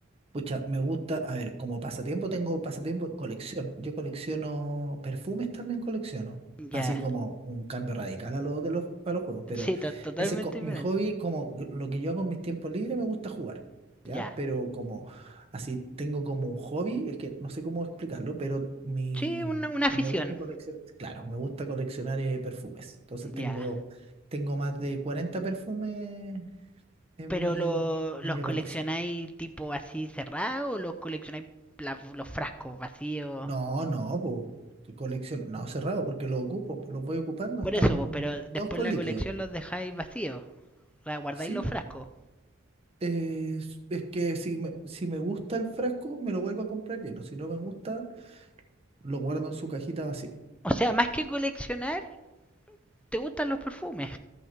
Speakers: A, on the right (about 30°); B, in the centre.
A: pucha, me gusta, a ver, como pasatiempo tengo pasatiempo, colección. Yo colecciono perfumes también colecciono.
B: Ya,
A: Así como un cambio radical a lo de los, a los juegos. Pero
B: sí, to- totalmente
A: ese es co-
B: diferente.
A: mi hobby, como lo que yo hago en mis tiempos libres, me gusta jugar. ¿Ya?
B: Ya,
A: Pero como así tengo como un hobby, es que no sé cómo explicarlo, pero mi
B: sí, una, una afición.
A: y me gusta coleccionar, claro, me gusta coleccionar eh, perfumes. Entonces tengo,
B: Ya,
A: tengo más de 40 perfumes en
B: pero
A: mi,
B: lo-
A: en
B: los
A: mi
B: coleccionáis
A: repisa.
B: tipo así cerrado o los coleccionáis las- los frascos vacíos?
A: No, no, pues, que colección, no, cerrado, porque los ocupo, po, los voy ocupando,
B: Por
A: están
B: eso, po, pero después
A: todos con
B: la
A: líquido.
B: colección los dejáis vacíos. la guardáis
A: Sí,
B: los frascos.
A: eh, es, es que si me, si me gusta el frasco, me lo vuelvo a comprar lleno. Si no me gusta, lo guardo en su cajita vacía.
B: O sea, más que coleccionar, te gustan los perfumes.